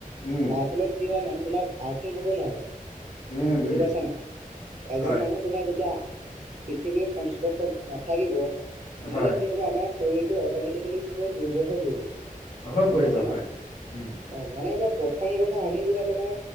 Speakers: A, on the left; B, on the right.
A: উম
B: তাৰ ফলত কি হয় মানুহ বিলাক আৰ্থীং হব নোৱাৰে বুজি
A: উম উম
B: পাইছা নাই এজন
A: হয়
B: মানুহ তোমাৰ যেতিয়া পৃথিৱীৰ সংস্পৰ্শত নাথাকিব তেনেহলে
A: হয়
B: কি হ'ব আমাৰ শৰীৰটো অটমেটিকেলি দুৰ্বল হৈ পৰিব,
A: হৈ
B: গম
A: পৰিব
B: পাইছ নে?
A: হয় উম
B: অ', মানে এতিয়া প্ৰথম কথা আমি যেতিয়া তোমাৰ